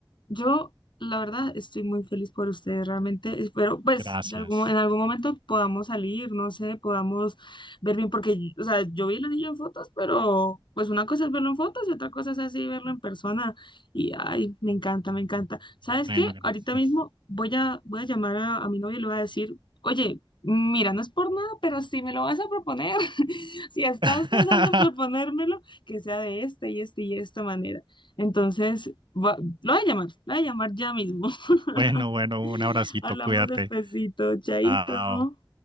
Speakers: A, on the left; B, on the right.
A: Yo, la verdad, estoy muy feliz por ustedes. Realmente espero, pues,
B: Gracias.
A: de algún, en algún momento podamos salir, no sé, podamos ver bien, porque, o sea, yo vi el anillo en fotos, pero, pues, una cosa es verlo en fotos y otra cosa es así verlo en persona. Y, ay, me encanta, me encanta. ¿Sabes
B: Bueno,
A: qué?
B: gracias.
A: Ahorita mismo voy a, voy a llamar a, a mi novio y le voy a decir, oye, mira, no es por nada, pero si me lo vas a proponer, <laughs> si estás
B: <laughs>
A: pensando en proponérmelo, que sea de esta y esta y esta manera. Entonces, Va- lo voy a llamar, lo voy a llamar ya mismo. <laughs>
B: Bueno, bueno, un abracito,
A: Hablamos
B: cuídate.
A: despacito, chaito.
B: Chao.